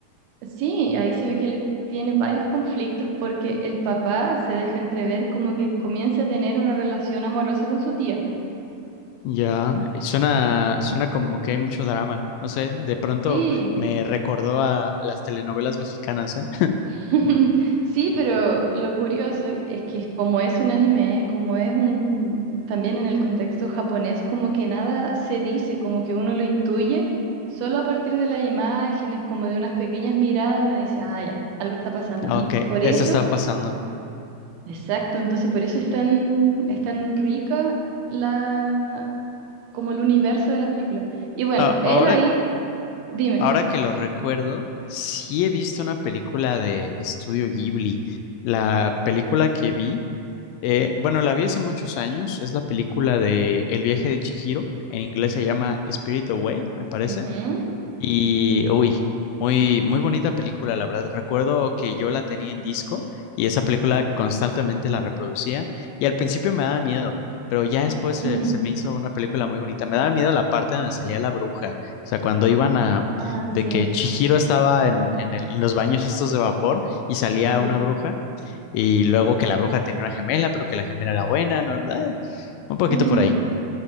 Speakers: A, on the right; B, on the left.
A: sí, ahí se ve que él tiene varios conflictos porque el papá se deja entrever como que comienza a tener una relación amorosa con su tía.
B: ya. Suena,
A: Y-
B: suena como que hay mucho drama. No sé, de pronto
A: Sí,
B: me recordó a las telenovelas mexicanas, ¿eh?
A: <laughs> sí, pero lo curioso es que como es un anime, como es un, también en el contexto japonés, como que nada se dice, como que uno lo intuye, solo a partir de las imágenes, como de unas pequeñas miradas, uno dice, ah, ya, algo está pasando.
B: Ah,
A: Y
B: Ok,
A: por
B: eso
A: eso...
B: está pasando.
A: Exacto, entonces por eso es tan, es tan rica la, como el universo de la película. Y bueno,
B: Ah,
A: él
B: ahora,
A: ahí, dime.
B: ahora que lo recuerdo, sí he visto una película de Estudio Ghibli. La película que vi, eh, bueno, la vi hace muchos años, es la película de El viaje de Chihiro, en inglés se llama Spirit Away, me parece.
A: Ujú.
B: Y, uy, muy, muy bonita película, la verdad. Recuerdo que yo la tenía en disco y esa película constantemente la reproducía y al principio me daba miedo, pero ya después
A: <laughs>
B: se, se me hizo una película muy bonita. Me daba miedo la parte donde salía la bruja, o sea, cuando iban a,
A: Ah,
B: de
A: sí,
B: que Chihiro estaba en, en el- en los baños estos de vapor y salía
A: sí.
B: una bruja y luego que la bruja tenía una gemela, pero que la gemela era buena, ¿no? Eh, Un poquito
A: <laughs>
B: por ahí.